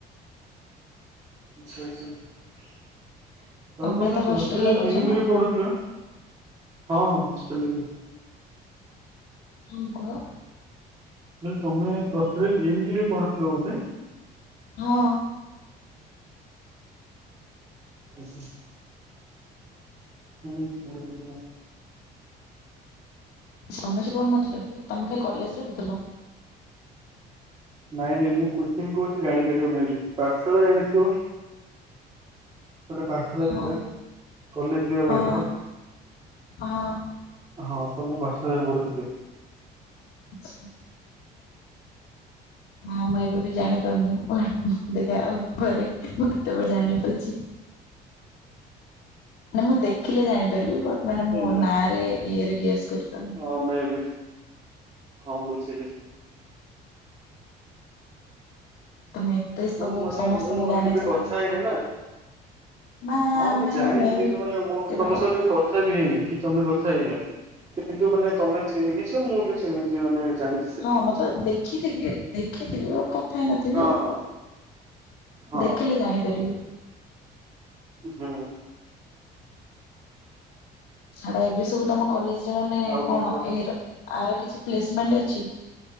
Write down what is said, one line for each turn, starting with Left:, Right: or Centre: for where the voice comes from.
Right: ଆଛା ଆଛା ତମେ
Left: ତମେ
Right: ବୋଧେ
Left: ତ
Right: ପ୍ଲସ୍
Left: ହଷ୍ଟେଲରେ
Right: ଟୁ ରେ
Left: ରହୁଛ
Right: ବି ଏମ୍
Left: ନା
Right: ବି ରେ ପଢୁଥିଲ। ହଁ ହଁ ହଷ୍ଟେଲ ରେ ମୁଁ।
Left: ହଁ କୁହ।
Right: ମାନେ ତମେ plus two B M B ରେ ପଢୁଥିଲ ବୋଧେ।
Left: ହଁ।
Right: ଆଛା। ହୁଁ ସୁଣୀଥିଲୀ ମୁଁ।
Left: ସମସ୍ତେ ପାଡୁ ନଥିଲେ କି ତମେ ଖାଲି କଲେଜ ରେ ପଢୁଥିଲା।
Right: ନାଇଁ ନାଇଁ ମୁଁ କୋଚିଂ କହୁଛି ଜାଣିପାରିବ ମେବି, ପାଠଶାଳା ଜାଣିଥିବ। ଗୋଟେ ପାଠଶାଳା
Left: ହଁ
Right: ଥିଲା, କଲେଜ ଯିବା ବାଟରେ।
Left: ହଁ ହଁ।
Right: ହଁ ତ ମୁଁ ପାଠ ଶାଳାରେ ପଢୁଥିଲି।
Left: ଆଛା। ହଁ ମୁଁ ଏବେ ବି ଜାଣିପାରୁନି <unintelligible> ଦେଖା ଆଉ ଘରେ ବଟ୍ କେବେ ଜାଣିପାରୁଛି। ମାନେ ମୁଁ ଦେଖିଲେ ଜାଣିପାରିବି ବଟ୍ ମାନେ ମୁଁ
Right: ହେଲା।
Left: ନାରେ ଇଏରେ ଗେସ୍ କରିପାରୁନି।
Right: ହଁ ମେ ବି। ହଁ ବୁଝିଲି।
Left: ତମେ ଏତେ ସବୁ
Right: ମୁଁ ମାନେ
Left: ସମସ୍ତଙ୍କୁ
Right: ମୁଁ
Left: ଜାଣିଛ
Right: କେବେ କଥା
Left: ମାନେ
Right: ହେଇନି
Left: ତ।
Right: ନା।
Left: ନା
Right: ହଁ
Left: ଆମେ
Right: ମୁଁ ଜାଣିଛି
Left: ମେବି
Right: କିନ୍ତୁ
Left: କେବେ
Right: ମାନେ ମୁଁ ତମ
Left: କଥା
Right: ସହ କେବେ
Left: ହେଇ
Right: କଥା ବି ହେଇନି କି ତମେ କଥା ହେଇନ କିନ୍ତୁ ମାନେ ତମେ ଚିହ୍ନିଚ୍ଛ, ମୁଁ ବି ଚିହ୍ନିଚି ମାନେ ଜାଣି
Left: ହଁ ମତେ ଦେଖିଥିବି ଦେଖିଥିବ କଥା ହେଇ ନଥିବି
Right: ହଁ
Left: ଆଉ।
Right: ହଁ ହଁ
Left: ଦେଖିଲେ ଜାଣିପାରିବି।
Right: ହୁଁ।
Left: ଛାଡ ଏବେ ସବୁ ତମ କଲେଜରେ ମାନେ
Right: ଆଉ
Left: କଣ
Right: କୁହ
Left: ଏର ଆର କିଛି ପ୍ଲେସମେଣ୍ଟ ଅଛି।